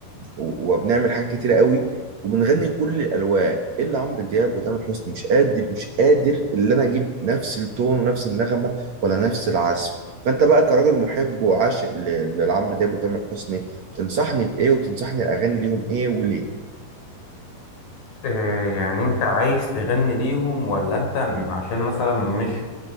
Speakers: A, on the right; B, on the left.
A: وبنعمل حاجات كتيره قوي وبنغني كل الالوان الا عمرو دياب وتامر حسني مش قادر مش قادر ان انا اجيب نفس التون ونفس النغمه ولا نفس العزف فانت بقى كراجل محب وعاشق ل- لعمرو دياب وتامر حسني تنصحني بإيه وتنصحني أغاني ليهم إيه وليه
B: آه، يعني انت عايز تغني ليهم ولا انت م- عشان مثلا مش